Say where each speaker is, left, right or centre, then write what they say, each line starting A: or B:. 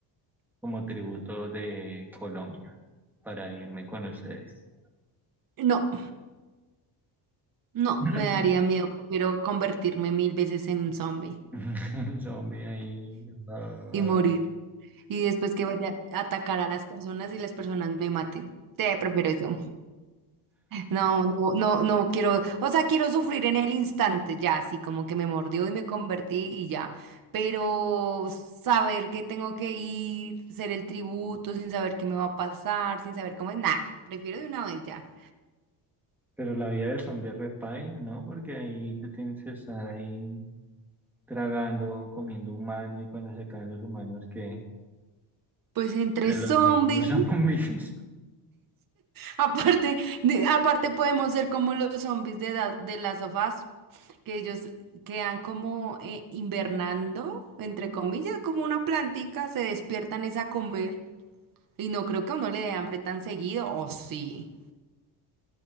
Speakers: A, in the centre; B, on the right (about 50°).
A: como tributo de Colombia para irme con ustedes.
B: No, no,
A: ¿No?
B: me daría miedo. Prefiero convertirme mil veces en zombie
A: <laughs> El zombie ahí. <laughs> ah,
B: y morir. Y después que vaya a atacar a las personas y las personas me maten. Sí, prefiero eso. <laughs> No, no, no, no quiero. O sea, quiero sufrir en el instante ya, así como que me mordió y me convertí y ya. Pero saber que tengo que ir, ser el tributo sin saber qué me va a pasar, sin saber cómo es. Nah, prefiero de una vez ya.
A: Pero la vida del zombie es repaila, ¿no? Porque ahí te tienes que estar ahí tragando, comiendo humano y cuando se acaban los humanos, que
B: Pues entre
A: Entre
B: zombies.
A: los mismos <laughs> zombies.
B: Aparte, de- aparte podemos ser como los zombies de, la- de las sofás, que ellos quedan como eh, invernando, entre comillas, como una plantica, se despiertan es a comer. Y no creo que a uno le dé hambre tan seguido, o sí.